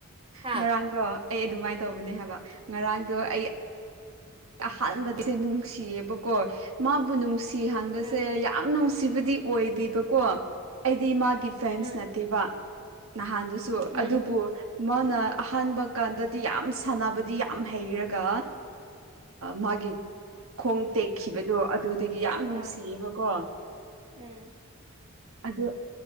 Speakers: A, on the right (about 25°); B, on the right (about 75°).
A: ꯍꯥ
B: ꯉꯔꯥꯡꯗꯣ ꯑꯩ ꯑꯗꯨꯃꯥꯏꯅ ꯇꯧꯕꯅꯦ ꯍꯥꯏꯕ ꯉꯔꯥꯡꯗꯣ ꯑꯩ ꯑꯍꯥꯟꯕꯗꯁꯦ ꯅꯨꯡꯁꯤꯌꯦꯕꯀꯣ ꯃꯥꯕꯨ ꯅꯨꯡꯁꯤꯍꯥꯟꯕꯁꯦ
A: ꯎꯝ
B: ꯌꯥꯝ ꯅꯨꯡꯁꯤꯕꯗꯤ ꯑꯣꯏꯗꯦꯕꯀꯣ ꯑꯩꯗꯤ ꯃꯥꯒꯤ ꯐꯦꯟꯁ
A: ꯎꯝ
B: ꯅꯠꯇꯦꯕ ꯅꯍꯥꯟꯗꯨꯁꯨ
A: ꯎꯝ
B: ꯑꯗꯨꯕꯨ ꯃꯥꯅ ꯑꯍꯥꯟꯕ ꯀꯥꯟꯗꯗꯤ ꯌꯥꯝ ꯁꯥꯟꯅꯕꯗꯤ ꯌꯥꯝ ꯍꯩꯔꯒ ꯃꯥꯒꯤꯦ ꯈꯣꯡꯇ ꯎꯈꯤꯕꯗꯣ ꯑꯗꯨꯗꯒꯤ ꯌꯥꯝ ꯅꯨꯡꯁꯤꯌꯦꯕꯀꯣ
A: ꯑ ꯎꯝ
B: ꯑꯗꯨ